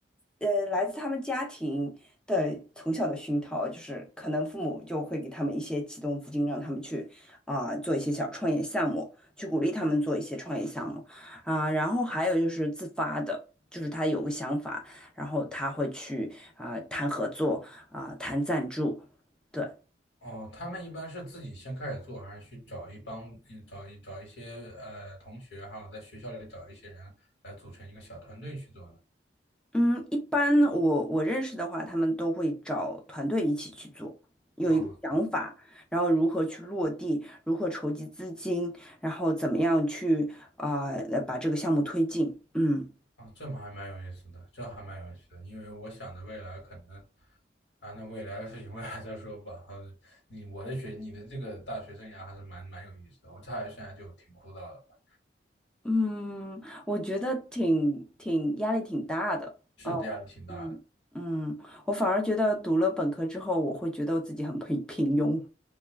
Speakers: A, in the centre; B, on the left.
A: 呃，来自他们家庭的从小的熏陶，就是可能父母就会给他们一些启动资金，让他们去啊、做一些小创业项目，去鼓励他们做一些创业项目啊、然后还有就是自发的，就是他有个想法，然后他会去啊、谈合作啊、谈赞助，对。
B: 哦，他们一般是自己先开始做，还是去找一帮嗯找一找一些呃同学，还有在学校里找一些人来组成一个小团队去做呢？
A: 嗯，一般我我认识的话，他们都会找团队一起去做，有一个想法，
B: 哦，
A: 然后如何去落地，如何筹集资金，然后怎么样去啊、呃把这个项目推进。嗯
B: 啊，这么还蛮有意思的，这还蛮有意思的，因为我想着未来可能，啊，那未来的事情未来再说吧。呃，你我的学，你的这个大学生涯还是蛮蛮有意思的。我大学生涯就挺枯燥的吧，
A: 嗯，我觉得挺挺压力挺大的哦。
B: 是压力挺大的
A: 嗯嗯，我反而觉得读了本科之后，我会觉得我自己很平平庸，